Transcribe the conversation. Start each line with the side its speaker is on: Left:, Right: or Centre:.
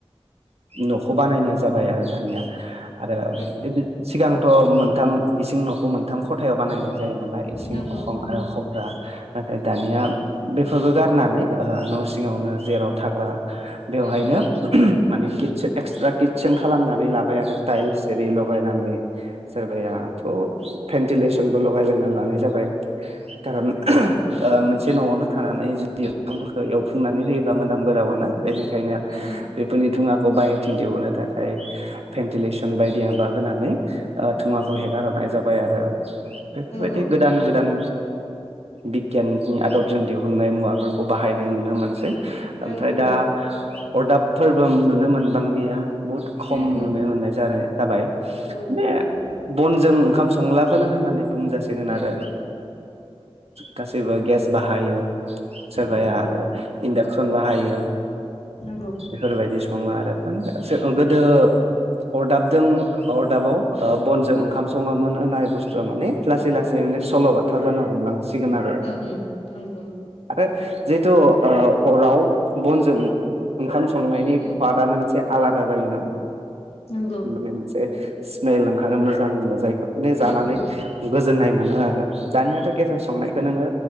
Right: न'खौ बानायनाय जाबाय आरो दानिया आरो
Left: उम उम
Right: सिगांथ' मोनथाम इसिं न'खौ मोनथाम मोनथाम खथायाव बानायनाय जायोमोन ना इसिं
Left: नंगौ
Right: अखं
Left: उम
Right: आरो खब्रा नाथाय
Left: उम
Right: दानिया बेफोरखौ गारनानै न' सिङावनो जेराव थाग्रा बेवहायनो
Left: उम
Right: माने किटसे एक्सट्रा किटसेेन खालामनानै लाबाय आरो टाइल्स एरि लगायनानै सोरबायाथ' भेन्टिलेसनबो लगायलायना लानाय जाबाय कारन ओ मोनसे नआवनो थानानै जुदि‌ दंफांफोरखो एवफुंनानै होयो मोनाम गोजावोना बेनिखायनो
Left: उम
Right: बेफोरनि धुङाखौ बाहेरथिं दिहुननो थाखाय भेन्टिलेसन बायदिया बा होनानै धुङाखौ हेगार हरनाय जाबाय आरो बेफोरबायदि
Left: ओं ओं
Right: गोदान
Left: ओं
Right: गोदान बिगियाननि आदबजों दिहुननाय मुवाफोरखौ बाहायनाय नुनो मोनसै ओमफ्राय
Left: औ उम औ नंगौ औ औ
Right: दा
Left: नंगौ
Right: अरदाबफोरबो नुनो मोनबांलिया बहुद खम
Left: उम उम
Right: नुनो मोननाय जानाय जाबाय माने
Left: नंगौ नंगौ उम
Right: बनजों ओंखाम संलाखौनो होननानै बुंजासिगोन
Left: उम
Right: आरो
Left: उम
Right: गासैबो गेस बाहायो
Left: उम
Right: सोरबाया
Left: उम
Right: आरो इन्डाक्सन बाहायो
Left: नंगौ
Right: बेफोरबायदि सङो आरो माने गोदो अरदाबजों अरदाबाव बनजों
Left: नंगौ उम
Right: ओंखाम सङो मोन होननाय बुस्थुआ माने लासै लासै माने सल' बाथा जानो हमलां सिगोनार
Left: उम नंगौ नंगौ
Right: आरो जिहेथु ओ अराव बनजों ओंखाम सं संनायनि
Left: उम उम
Right: खवादानो मोनसे आलादा जायोना
Left: नंगौ
Right: मोनसे स्मेल ओंखारो मोजांनो जायखौ माने जानानै
Left: उम उम
Right: गोजोननाय मोनो आरो दानियाथ' गेसआव संनायखौ नोङो